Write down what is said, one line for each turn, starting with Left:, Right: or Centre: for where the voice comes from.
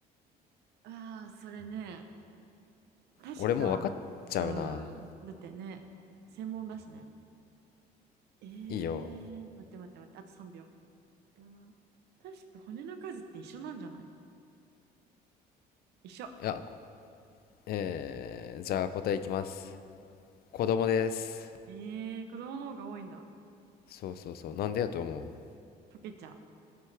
Right: あー、それね。確か、
Left: 俺もう分かっちゃうな。
Right: うん。だってね、専門だしね。えー、
Left: いいよ。
Right: 待って待って待って、あと3秒。どう確か骨の数って一緒なんじゃない一緒。
Left: いや、こえー、じゃあ答えいきます。子供です。
Right: えー、子供の方が多いんだ。
Left: そうそうそう。なんでやと思う
Right: 溶けちゃう。